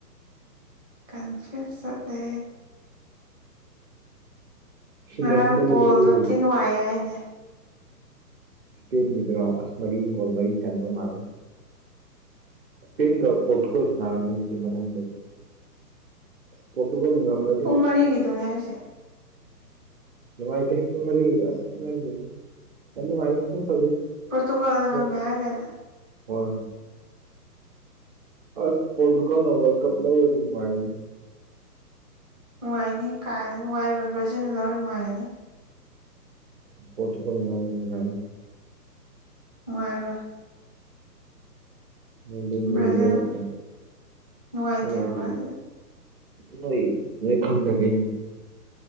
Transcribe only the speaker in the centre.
ꯀꯟꯐ꯭ꯌꯨꯁ ꯆꯠꯂꯦ꯫
ꯉꯔꯥꯡ ꯄꯣꯜꯗꯣ
ꯊꯤ ꯅꯨꯡꯉꯥꯏꯌꯦ ꯍꯥꯏꯅꯦ꯫
ꯄꯨꯡ ꯃꯔꯤꯒꯤꯗꯨꯅꯦ ꯍꯥꯏꯁꯦ꯫
ꯄꯣꯇꯣꯀꯥꯜꯗ
ꯉꯝꯃꯦ ꯍꯥꯏꯗꯅ꯫
ꯅꯨꯡꯉꯥꯏꯅꯤ ꯀꯥ ꯍꯦꯅ ꯅꯨꯡꯉꯥꯏꯔꯣꯏ ꯕ꯭ꯔꯖꯤꯟꯅ ꯂꯧꯔ ꯅꯨꯡꯉꯥꯏꯒꯅꯤ꯫
ꯅꯨꯡꯉꯥꯏꯔꯣꯏ
ꯕ꯭ꯔꯥꯖꯤꯜ
ꯅꯨꯡꯉꯥꯏꯇꯦꯕ
ꯕ꯭ꯔꯥꯖꯤꯜ